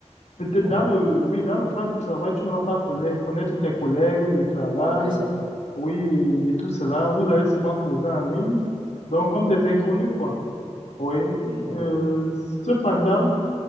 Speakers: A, on the left; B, on the right.
A: Peut-être
B: ouais.
A: dans le, oui, dans le cadre du travail, tu ne vas pas colla- connaître tes collègues du travail,
B: Ah ouais, ça.
A: oui, et tout cela. Vous allez seulement causer en ligne, donc comme des inconnus, quoi. Oui.
B: Ouais,
A: Euh, cependant,